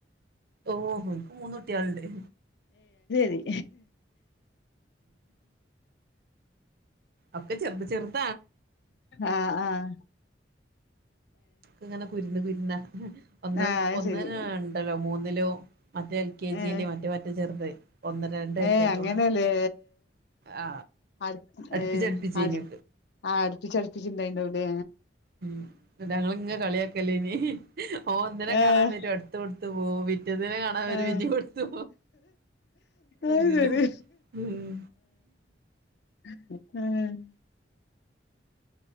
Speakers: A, on the right; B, on the left.
A: ഓ ഇപ്പ മൂന്നൂറ്റിയളണ്ട്േ
B: ആഹ്
A: ഒക്കെ ചെറുത് ചെറുത്
B: ആഹ ആഹ
A: ഇങ്ങനെ കുരുന്ന് കുരുന്ന ഒന്നും
B: ആ അത്
A: ഒന്ന
B: ശരി
A: ഉണ്ടല്ലോ മൂന്നിലോ മറ്റേ എൽ കെ ജിയിലേ
B: ഏ
A: മറ്റേ മറ്റ ചെറുത ഒന്ന് രണ്ട് വയസ്സായിട്ടുള്ളു
B: ഏ അങ്ങനെല്ലേ
A: ആ
B: അടു
A: അടുപ്പിച്ച
B: ഏ
A: അടുപ്പിച്ചച്ച്ഞ്ഞ
B: അടു ആ അടുപ്പിച്ച അടുപ്പിച്ച ചിന്ത ഉുണ്ടവിടെ
A: ഉ ഞങ്ങിങ്ങ കളിയാക്കല്ലേ ഇനി ഓ ഒന്നിനെ
B: ആഹ്
A: കാണാൻ വരും അടുത്ത ത വ വി പിറ്റത്തിനെ കാണാൻ വരും
B: ആഹ്
A: പിന്നെ കൊടുത്തു അങ്ങനെ
B: അത് ശരി
A: ഉ ഉം
B: ഉം